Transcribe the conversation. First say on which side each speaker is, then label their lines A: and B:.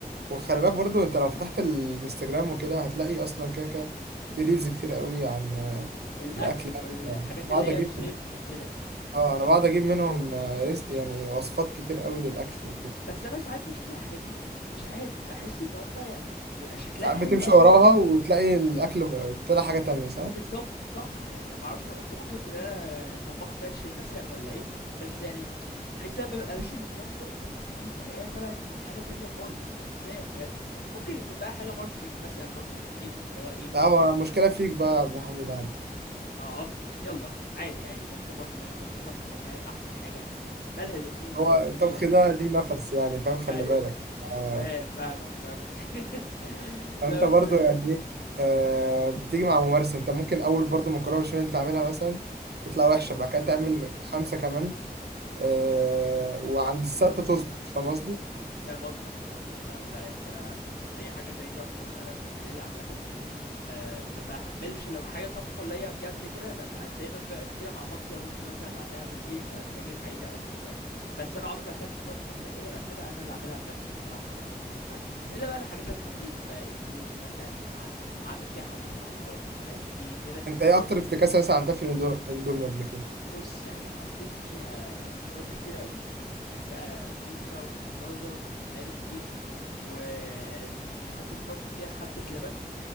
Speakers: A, on the right; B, on the left.
A: وخلي بالك برضه انت لو فتحت الانستجرام وكده هتلاقي اصلا كده كده في ريلز كتير قوي عن آه،
B: الأكل
A: الاكل
B: والحاجات
A: يعني بقعد
B: اللي هي
A: اجيب
B: الجيم وكده
A: اه انا بقعد اجيب منهم آه، رزق يعني وصفات كتير قوي للاكل وكده
B: بس أنا ساعات بشوف الحاجات دي مش عارف بحس إن هما يعني يبقى شكلها
A: ساعات
B: حلو
A: بتمشي
B: قوي
A: وراها وتلاقي الاكل بقى- طلع حاجه تانية صح
B: بالظبط صح يعني أنا معرفش أنا قلت ممكن أكون أنا طباخ فاشل مثلا ولا إيه بس يعني بحس إن أنا ببقى ماشي بالظبط بالتفاصيل وألاقيها طلعت حاجة تانية خالص فمش فاهم بجد ممكن يكون بقى حاجة ماركتينج مثلا برضو من ناحيتهم اللي هو إيه
A: لا هو مشكله فيك بقى يا عبد الحميد عادي
B: اه يلا عادي عادي ممكن برضو ما يكونش الطبخ فاهم احسن حاجه يعني مالها الاندومي
A: هو
B: برضو جميله
A: الطبخ ده ليه نفس يعني
B: <laughs>
A: فاهم خلي
B: ايوه
A: بالك آه
B: فاهم فاهمك فاهمك <laughs>
A: انت
B: لا بس
A: برضو
B: آه،
A: يعني ايه آه بتيجي مع ممارسه انت ممكن اول برضو مكرونه بشاميل تعملها مثلا تطلع وحشه بعد كده تعمل
B: مم،
A: خمسه كمان آه وعند السته تظبط فاهم قصدي
B: فاهم قصدك فاهم قصدك فعلا لا يعني آه، هي حاجه زي دي اصلا انا بالنسبه لي عامه آه ما بحملش لو حاجه طبخه ليا بجد كده ببقى دايما بقف كده مع مامتي ابص مثلا اللي هتعمل ايه فباجي اساعدها مثلا شويه بس انا عمري ما خدت طبخه من اولها لاخرها انا اللي اعملها بنفسي الصراحه يعني ما اكدبش عليك الا بقى الحاجات الخفيفه بقى اندومي مثلا ع- عامل فيها حبه حركات مش عارف ايه كده
A: انت ايه اكتر افتكاسه مثلا عملتها في الاندو- الاندومي قبل كده
B: بص يعني حطيت فيها خضار كتير قوي يعني بقى كوسه وجزر ومش عارف ايه وحطيت برضو فيها حبه لبن